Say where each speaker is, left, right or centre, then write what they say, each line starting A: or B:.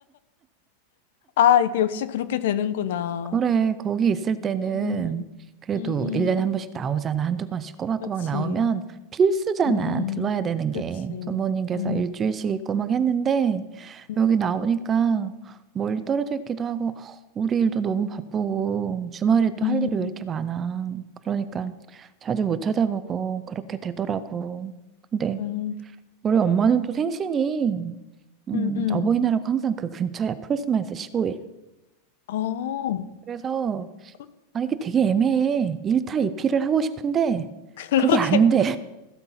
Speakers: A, on the left; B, on the right.
A: 아, 이게 역시 그렇게 되는구나.
B: 그래, 거기 있을 때는
A: 음,
B: 그래도
A: 음, 음.
B: 1년에 한 번씩 나오잖아. 한두 번씩 꼬박꼬박
A: 그치.
B: 나오면 필수잖아.
A: 음,
B: 들러야 되는
A: 그치.
B: 게. 부모님께서
A: 음,
B: 일주일씩 있고막 했는데
A: 음,
B: 여기 나오니까 멀리 떨어져 있기도 하고 어, 우리 일도 너무 바쁘고 주말에 또
A: 음,
B: 할 일이 왜 이렇게 많아. 그러니까 자주 못 찾아보고 그렇게 되더라고. 근데
A: 음,
B: 우리 엄마는 또 생신이 음,
A: 음. 음.
B: 어버이날하고 항상 그 근처야. 폴스만에서 15일.
A: 어,
B: 그래서
A: <laughs> 그-
B: 아, 이게 되게 애매해. 1타 2피를 하고 싶은데,
A: 그러게.
B: 그게 안 돼.